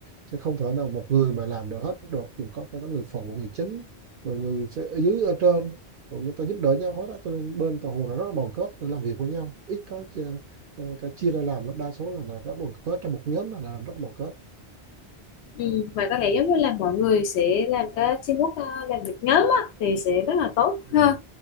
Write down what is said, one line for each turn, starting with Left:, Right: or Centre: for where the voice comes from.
Right: chứ không thể nào một người mà làm được hết được thì có phải có người phụ người chính rồi người sẽ ở dưới ở trên rồi người ta giúp đỡ nhau hết đó cho nên bên thợ hồ là rất là đoàn kết để làm việc với nhau ít có chia, ờ, cái chia ra làm lắm. đa số là, là rất đoàn kết trong một nhóm là làm rất đoàn kết
Left: Ừ, và có lẽ giống như là mọi người sẽ làm cái teamwork ờ, làm việc nhóm á, thì sẽ rất là tốt
Right: ừ.
Left: ha